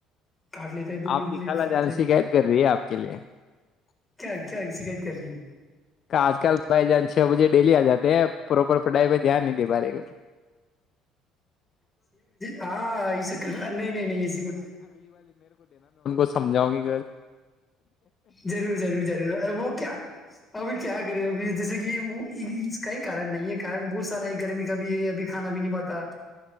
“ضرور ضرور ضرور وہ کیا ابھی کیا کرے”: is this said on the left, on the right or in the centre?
Left